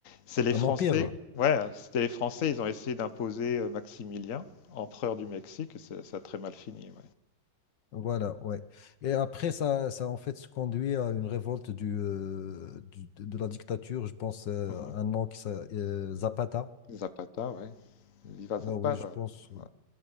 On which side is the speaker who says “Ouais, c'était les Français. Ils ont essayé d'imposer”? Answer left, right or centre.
Left